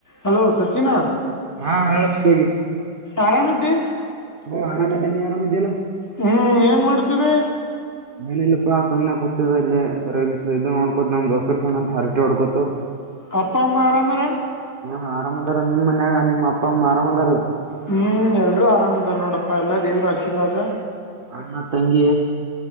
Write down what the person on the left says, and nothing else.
Hello Sachin
ಆರಾಮ್ ಇದ್ದಿ.
ಹುಂ ಏನ್ ಮಾಡತ್ತಿದಿ
ಅಪ್ಪ ಅಮ್ಮ ಆರಾಮ್ ಆರಾ
ಹುಂ ಎಲ್ರು ಆರಾಮ ಅದಾರ ನೋಡಪ್ಪಾ ಎಲ್ಲಾ ದೇವ್ರ ಆಶೀರ್ವಾದಾ